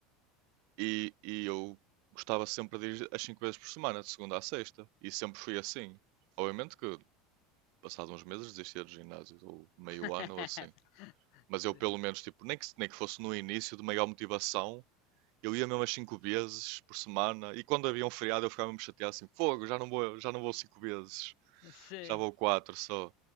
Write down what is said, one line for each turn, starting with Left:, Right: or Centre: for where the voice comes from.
Right: E, e eu gostava sempre de ir as 5 vezes por semana, de segunda à sexta. E sempre fui assim. Obviamente que passado uns meses desistia do ginásio, ou meio
Left: <laughs>
Right: ano ou assim. Mas eu
Left: Sim.
Right: pelo menos, tipo, nem que, nem que fosse no início de maior motivação, eu ia mesmo as 5 vezes por semana, e quando havia um feriado eu ficava mesmo chateado assim, fogo, já não vou, já não vou 5 vezes,
Left: Sim.
Right: já vou 4 só.